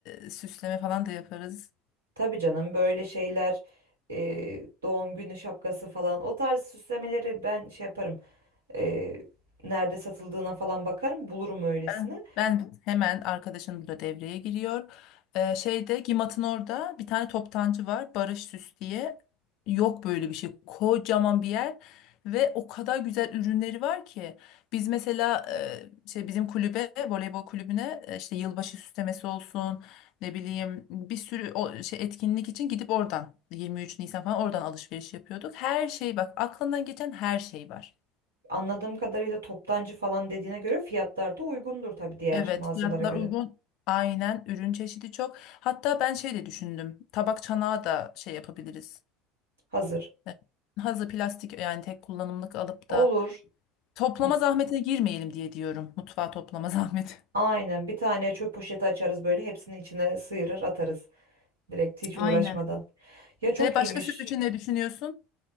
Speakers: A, on the left; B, on the right.
A: e, süsleme falan da yaparız.
B: Tabii canım böyle şeyler e, doğum günü şapkası falan o tarz süslemeleri ben şey yaparım. e, nerede satıldığına falan bakarım bulurum öylesini.
A: Ben, ben hemen arkadaşım burada devreye giriyor. Ee, şeyde Gimat'ın orada bir tane toptancı var Barış Süs diye. Yok böyle bir şey. Kocaman bir yer ve o kadar güzel ürünleri var ki. Biz mesela e, şey bizim kulübe voleybol kulübüne e, işte yılbaşı süslemesi olsun ne bileyim bir sürü o, şey etkinlik için gidip oradan 23 Nisan falan oradan alışveriş yapıyorduk. Her şey bak aklından geçen her şey var.
B: Anladığım kadarıyla toptancı falan dediğine göre fiyatlar da uygundur tabii diğer
A: Evet,
B: mağazalara
A: fiyatlar
B: göre.
A: uygun. Aynen, ürün çeşidi çok. Hatta ben şey de düşündüm. Tabak çanağı da şey yapabiliriz.
B: Hazır.
A: E, Hazır plastik yani tek kullanımlık alıp
B: Olur.
A: da toplama
B: M-
A: zahmetine girmeyelim diye diyorum. Mutfağa toplama <laughs> zahmeti.
B: Aynen bir tane çöp poşeti açarız böyle hepsini içine sıyırır atarız. Direkt hiç
A: Aynen.
B: uğraşmadan. Ya çok
A: Ve başka
B: iyiymiş.
A: süs için ne düşünüyorsun?